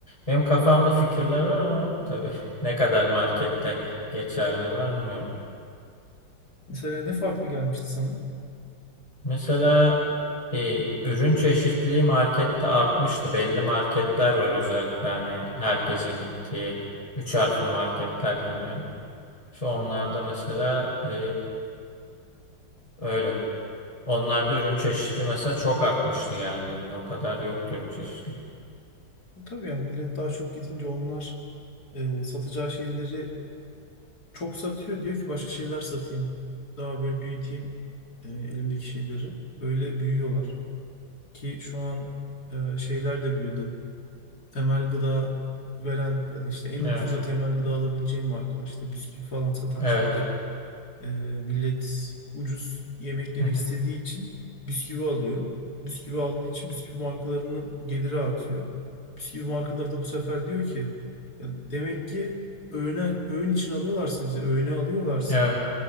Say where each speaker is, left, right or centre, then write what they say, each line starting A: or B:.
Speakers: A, on the left (about 15°); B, on the left (about 50°).
A: Benim kafamda fikirler var ama tabii <laughs> ne kadar markette geçerli var bilmiyorum.
B: Mesela ne farklı gelmişti sana?
A: Mesela e, ürün çeşitliliği markette artmıştı. Belli marketler var özellikle hani herkesin gittiği üç harfli marketler deniyor. İşte onlarda mesela e, öyle. Onlarda ürün çeşitliliği mesela çok artmıştı geldiğimde. O kadar yoktu ürün çeşitliliği.
B: E, tabii yani millet daha çok gidince onlar e, satacağı şeyleri çok satıyor. Diyor ki başka şeyler satayım. Daha böyle büyüteyim e, elimdeki şeyleri. Öyle büyüyorlar ki şu an e, şeyler de büyüdü. Temel gıda veren ya da işte en ucuza
A: Evet.
B: temel gıda alabileceğin markalar işte bisküvi falan satan
A: Evet.
B: şeyler. E, millet ucuz yemek yemek
A: Hı hı.
B: istediği için bisküvi alıyor. Bisküvi aldığı için bisküvi markalarının geliri artıyor. Bisküvi markaları da bu sefer diyor ki "Ya demek ki öğüne öğün için alıyorlarsa bizi öğüne alıyorlarsa
A: Evet.